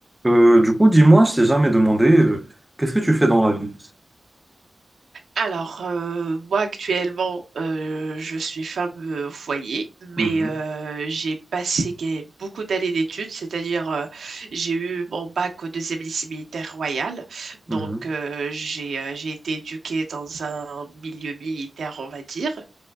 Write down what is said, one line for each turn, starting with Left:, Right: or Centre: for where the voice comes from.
Centre: Euh, du coup, dis-moi, je t'ai jamais demandé, euh, qu'est-ce que tu fais dans la vie?
Right: Alors, euh, moi actuellement, euh, je suis femme euh, au foyer, mais
Centre: Mhm,
Right: euh, j'ai passé que- beaucoup d'années d'études, c'est-à-dire euh, j'ai eu mon bac au deuxième lycée militaire royal, donc
Centre: mhm.
Right: euh, j'ai euh, j'ai été éduquée dans un milieu militaire, on va dire.